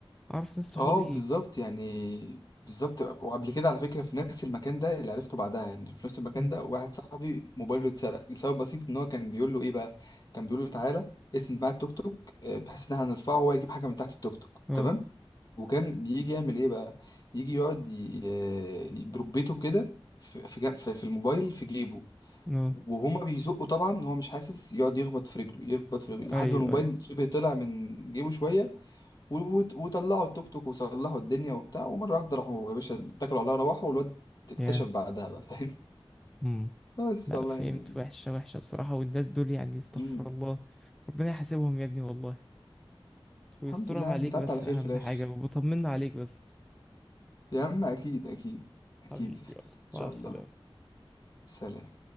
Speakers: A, in the centre; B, on the left.
A: اعرف ناس صحابي
B: اه بالظبط يعني بالظبط وقبل كده على فكره في نفس المكان ده اللي عرفته بعدها ان في نفس المكان
A: مم.
B: ده واحد صاحبي موبايله اتسرق لسبب بسيط ان هو كان بيقول له ايه بقى كان بيقول له تعالى اسند معايا التوك توك آه، بحيث ان احنا هنرفعه وهو يجيب حاجه من تحت التوك توك
A: اه
B: تمام وكان بيجي يعمل ايه بقى يجي يقعد ي- آه، بركبته كده في في جا- في- في الموبايل في جيبه
A: اه
B: وهما بيزقوا طبعا هو مش حاسس يقعد يخبط في رجله يخبط في رجله لحد
A: ايوه
B: ما الموبايل
A: ايوه
B: شبه طلع من جيبه شويه و- وت- وطلعوا التوك توك وصلحوا الدنيا وبتاع ومره واحده راحوا يا باشا اتكلوا عليها روحوا والواد اكتشف
A: يا
B: بعدها بقى فاهم
A: امم
B: <laughs> بس
A: لا
B: والله
A: فهمت
B: يعني
A: وحشة وحشة بصراحة والناس دول يعني استغفر
B: مم.
A: الله ربنا يحاسبهم يا ابني والله ويسترها
B: الحمد لله يا
A: عليك
B: عم بتعدي
A: بس
B: على خير
A: أهم
B: في الاخر
A: حاجة وبطمنا عليك بس
B: يا عم اكيد اكيد اكيد
A: حبيبي
B: يسطا.
A: يلا
B: ان
A: مع
B: شاء
A: السلامة
B: الله سلام